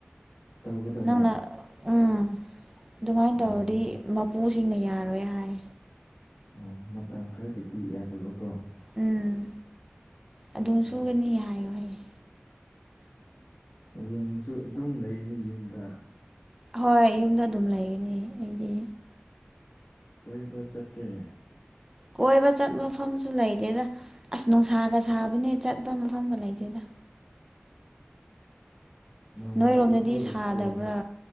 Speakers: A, on the left; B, on the right.
A: ꯇꯧꯒꯗꯕ꯫
B: ꯅꯪꯅ ꯎꯝ ꯑꯗꯨꯃꯥꯏꯅ
A: ꯎꯝ
B: ꯇꯧꯔꯗꯤ ꯃꯄꯨꯁꯤꯡꯅ ꯌꯥꯔꯣꯏ ꯍꯥꯏ꯫
A: ꯑꯣ ꯃꯇꯝ ꯈꯔꯒꯤꯗꯤ ꯌꯥꯗꯕꯀꯣ꯫
B: ꯎꯝ
A: ꯑꯠꯆꯥ
B: ꯑꯗꯨꯝ ꯁꯨꯒꯅꯤ ꯍꯥꯏꯌꯨ ꯍꯥꯏꯌꯦ꯫
A: ꯍꯌꯦꯡꯁꯨ ꯑꯗꯨꯝ ꯂꯩꯅꯤ ꯌꯨꯝꯗ꯫
B: ꯍꯣꯏ ꯌꯨꯝꯗ ꯑꯗꯨꯝ ꯂꯩꯒꯅꯤ ꯑꯩꯗꯤ꯫
A: ꯀꯣꯏꯕ ꯆꯠꯇꯦ꯫
B: ꯀꯣꯏꯕ ꯆꯠꯄ ꯃꯐꯝꯁꯨ ꯂꯩꯇꯦꯗ ꯑꯁ ꯅꯨꯡꯁꯥꯒ ꯁꯥꯕꯅꯦ ꯆꯠꯄ ꯃꯐꯝꯒ ꯂꯩꯇꯦꯗ꯫
A: <unintelligible> <inaudible> ꯅꯣꯡꯃ
B: ꯅꯣꯏꯔꯣꯝꯗꯗꯤ
A: ꯀꯣꯏ ꯊꯣꯛꯔꯛꯀꯦ꯫
B: ꯁꯥꯗꯕ꯭ꯔꯥ